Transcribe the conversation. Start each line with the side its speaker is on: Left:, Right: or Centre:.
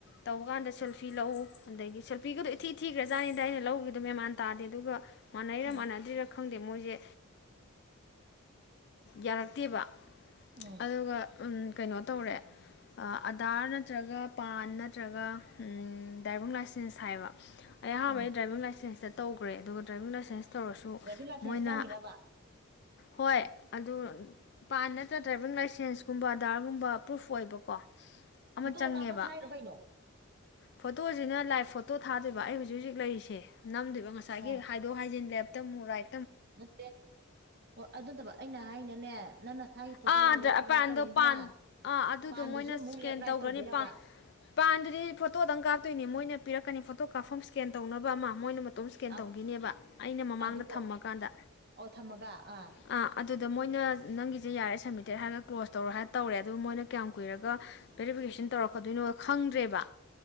Left: ꯇꯧꯕ ꯀꯥꯟꯗ ꯁꯦꯜꯐꯤ ꯂꯧꯎ ꯑꯗꯒꯤ ꯁꯦꯜꯐꯤꯒꯗꯣ ꯏꯊꯤ ꯊꯤꯈ꯭ꯔꯖꯥꯠꯅꯤꯗ ꯑꯩꯅ ꯂꯧꯒꯤꯗꯣ ꯃꯦꯃꯥꯟ ꯇꯥꯗꯦ ꯑꯗꯨꯒ ꯃꯥꯅꯩꯔ
Right: ꯎꯝ
Left: ꯃꯥ ꯅꯗꯤꯔꯛ ꯈꯪꯗꯦ ꯃꯣꯏꯁꯦ ꯌꯥꯔꯛꯇꯦꯕ
Right: ꯎꯝ
Left: ꯑꯗꯨꯒ ꯎ ꯀꯩꯅꯣ ꯇꯧꯔꯦ ꯑꯗꯥꯔ ꯅꯠꯇ꯭ꯔꯒ ꯄꯥꯟ ꯅꯠꯇ꯭ꯔꯒ ꯗ꯭ꯔꯥꯏꯚꯤꯡ ꯂꯥꯏꯁꯦꯟꯁ ꯍꯥꯏꯕ ꯑꯩꯍꯥꯟꯕꯩ
Right: ꯎꯝ
Left: ꯗ꯭ꯔꯥꯏꯕꯤꯡ ꯂꯥꯏꯁꯦꯟꯁ ꯆꯠꯦ ꯇꯧꯈ꯭ꯔꯦ ꯑꯗꯨꯒ ꯗ꯭ꯔꯥꯏꯕꯤꯡ ꯂꯥꯏꯁꯦꯟꯁ ꯇꯧꯔꯁꯨ
Right: ꯗ꯭ꯔꯥꯏꯚꯤꯡ ꯂꯥꯏꯁꯦꯟꯁ
Left: ꯃꯣꯏꯅ
Right: ꯆꯪꯉꯤꯔꯕ
Left: ꯍꯣꯏ ꯑꯗꯨ ꯄꯥꯟ ꯅꯠꯇ꯭ꯔ ꯗ꯭ꯔꯥꯏꯚꯤꯡ ꯂꯥꯏꯁꯦꯟꯁꯀꯨꯝꯕ ꯑꯙꯗꯥꯔꯒꯨꯝꯕ ꯄ꯭ꯔꯨꯐ ꯑꯣꯏꯕꯀꯣ ꯀꯣ ꯑꯃ
Right: ꯐꯣꯇꯣ
Left: ꯆꯪꯉꯦꯕ
Right: ꯀꯥꯞꯄ ꯊꯥꯏꯔꯣ ꯀꯩꯅꯣ
Left: ꯐꯣꯇꯣꯁꯤꯅ ꯂꯥꯏꯚ ꯐꯇ ꯐꯣꯇꯣ ꯊꯥꯗꯣꯏꯕ ꯑꯩ ꯍꯧꯖꯤꯛ ꯍꯧꯖꯤꯛ ꯂꯩꯔꯤꯁꯦ ꯅꯝꯗꯣꯏꯕ ꯉꯁꯥꯏꯒꯤ
Right: ꯑꯥ
Left: ꯍꯥꯏꯗꯣꯛ ꯍꯥꯏꯖꯤꯟ ꯂꯦꯞ ꯃꯨꯔꯥꯏ
Right: ꯅꯠꯇꯦ ꯍ ꯑꯗꯨꯠꯇꯕ ꯑꯩꯅ ꯍꯥꯏꯅꯅꯦ ꯅꯪ ꯅꯁꯥꯒꯤ ꯐꯣꯇꯣ
Left: ꯑ
Right: ꯂꯦꯞ
Left: ꯄꯥꯟꯗꯣ
Right: ꯔꯥꯏꯠ ꯇꯧꯔꯅꯤꯗꯅ
Left: ꯄꯥꯟ ꯑꯥ ꯑꯗꯨꯗꯣ
Right: ꯄꯥꯟꯗꯨꯁꯨ
Left: ꯃꯣꯏꯅ ꯏꯁꯀꯦꯟ
Right: ꯑꯃꯨꯛ ꯂꯦꯞ ꯔꯥꯏꯠ
Left: ꯇꯧꯈ꯭ꯔꯅꯤꯥꯟ
Right: ꯇꯧꯗꯣꯏꯔꯕ
Left: ꯄꯥꯟꯗꯨꯗꯤ ꯐꯣꯇꯣꯗꯪ ꯀꯥꯞꯇꯣꯏꯅꯤ ꯃꯣꯏꯅ ꯄꯤꯔꯛꯀꯅꯤ ꯐꯣꯇꯣ ꯐꯣꯇꯣ ꯀꯥꯞꯐꯝ ꯁꯀꯦꯟ ꯇꯧꯅꯕ ꯑꯃ ꯃꯣꯏꯅ ꯇꯣꯝ ꯏꯁꯀꯦꯟ
Right: ꯑꯞ
Left: ꯇꯧꯈꯤꯅꯦꯕ ꯑꯩꯅ ꯃꯃꯥꯡꯗ
Right: ꯑꯗꯨꯒ
Left: ꯊꯝꯃꯀꯥꯟꯗ
Right: ꯑꯣ ꯊꯝꯃꯒ ꯑꯥ
Left: ꯑ ꯑꯗꯨꯗ ꯃꯣꯏꯅ ꯅꯪꯒꯤ ꯁꯤ ꯌꯥꯔꯦ ꯁꯝꯃꯤꯇꯦꯠ ꯍꯥꯏꯔꯒ ꯀ꯭ꯂꯣꯖ ꯇꯧꯔꯣ ꯍꯥꯏꯔꯒ ꯇꯧꯔꯦ ꯑꯗꯨ ꯃꯣꯏꯅ ꯀꯌꯥꯝ ꯀꯨꯏꯔꯒ ꯕꯦꯔꯤꯐꯤꯀꯦꯁꯟ ꯇꯧꯔꯛꯀꯗꯣꯏꯅꯣ ꯈꯪꯗ꯭ꯔꯦꯕ